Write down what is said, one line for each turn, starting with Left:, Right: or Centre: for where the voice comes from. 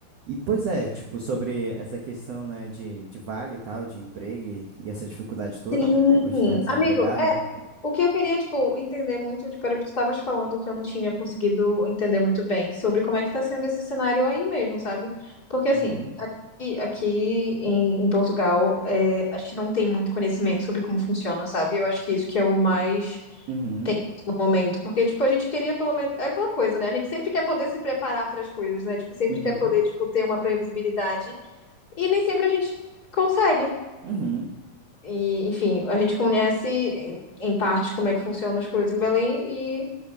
Right: E pois é, tipo, sobre essa questão, né, de, de vaga e tal, de emprego e, e essa dificuldade toda,
Left: Sim,
Right: né, depois de estar desempregada.
Left: amigo, é. O que eu queria, tipo, entender muito, tipo, era o que tu estavas falando que eu não tinha conseguido entender muito bem sobre como é que tá sendo esse cenário aí mesmo, sabe? Porque, assim,
Right: Uhum,
Left: aqui, aqui em, em Portugal, é, a gente não tem muito conhecimento sobre como funciona, sabe? Eu acho que isso que é o mais
Right: uhum,
Left: tenso no momento. Porque, tipo, a gente queria pelo menos. É aquela coisa, né? A gente sempre quer poder se preparar para as coisas, né? Tipo, sempre
Right: uhum,
Left: quer poder, tipo, ter uma previsibilidade. E nem sempre a gente consegue.
Right: uhum.
Left: E, enfim, a gente conhece em em parte como é que funcionam as coisas em Belém e